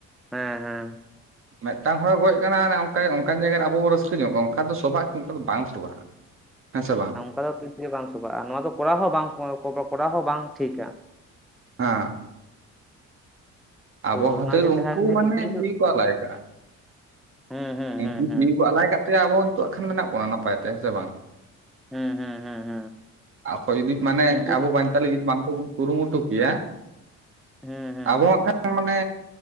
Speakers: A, in the centre; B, on the right.
A: ᱦᱮᱸ ᱦᱮᱸ
B: ᱢᱮᱫᱴᱟᱝ ᱦᱚᱲ ᱮ ᱜᱚᱡ ᱟᱠᱟᱱᱟ ᱚᱱᱠᱟ ᱚᱱᱠᱟᱱ ᱡᱟᱭᱜᱟ ᱨᱮ ᱟᱵᱚ ᱵᱚ ᱨᱟᱹᱥᱠᱟ ᱧᱚᱜ-ᱚᱜ ᱠᱟᱱᱟ ᱚᱱᱠᱟ ᱫᱚ ᱥᱚᱵᱷᱟᱜ-ᱟ ᱠᱤ ᱚᱱᱠᱟ ᱫᱚ ᱵᱟᱝ ᱥᱚᱵᱷᱟᱜᱼᱟ ᱦᱮᱸ ᱥᱮ ᱵᱟᱝ?
A: ᱚᱱᱠᱟ ᱫᱚ ᱛᱤᱥ ᱜᱮ ᱵᱟᱝ ᱥᱚᱵᱷᱟᱜᱼᱟ ᱱᱚᱣᱟ ᱫᱚ ᱠᱚᱨᱟᱣ ᱦᱚᱸ ᱵᱟᱝ ᱠᱚᱨᱟᱣ ᱦᱚᱸ ᱵᱟᱝ ᱴᱷᱤᱠᱟ
B: ᱦᱮᱸ ᱟᱵᱚ
A: ᱛᱚ
B: ᱠᱷᱟᱹᱛᱤᱨ
A: ᱚᱱᱟᱜᱮ
B: ᱩᱱᱠᱩ
A: ᱡᱟᱦᱟᱸ ᱦᱮᱸ
B: ᱢᱟᱱᱮ
A: ᱠᱤᱪᱷᱩ ᱠᱤᱪᱷᱩ
B: ᱡᱤᱣᱤ ᱠᱚ ᱟᱞᱟᱭ ᱟᱠᱟᱜᱼᱟ
A: ᱦᱩᱸ ᱦᱩᱸ
B: ᱩᱱᱠᱩ
A: ᱦᱩᱸ ᱦᱩᱸ
B: ᱡᱤᱣᱤ ᱠᱚ ᱟᱞᱟᱭ ᱠᱟᱜ ᱛᱮ ᱟᱵᱚ ᱦᱚᱸ ᱱᱤᱛᱚᱜ ᱟᱠᱷᱟᱱ ᱢᱮᱱᱟᱜ ᱵᱚᱱᱟ ᱱᱟᱯᱟᱭ ᱛᱮ ᱦᱮᱸ ᱥᱮ ᱵᱟᱝ?
A: ᱦᱩᱸ ᱦᱩᱸ ᱦᱩᱸ ᱦᱩᱸ
B: ᱟᱠᱚ ᱡᱩᱫᱤ ᱢᱟᱱᱮ
A: ᱩᱱᱠᱩ
B: ᱟᱵᱚ ᱵᱟᱧ ᱛᱟᱦᱞᱮ ᱡᱩᱫᱤ ᱵᱟᱝ ᱠᱚ ᱠᱩᱨᱩ ᱢᱩᱴᱩ ᱠᱮᱭᱟ
A: ᱦᱩᱸ ᱦᱩᱸ
B: ᱟᱵᱚ ᱟᱠᱷᱟᱱ ᱢᱟᱱᱮ